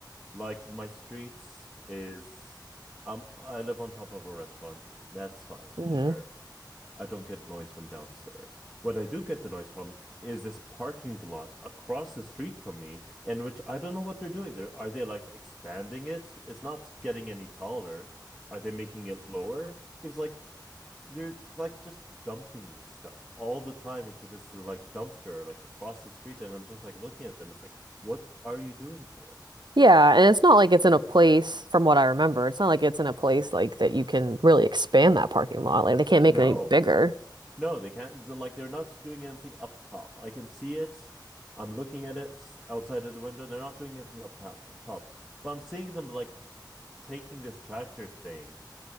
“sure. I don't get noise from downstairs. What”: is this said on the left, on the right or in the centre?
Centre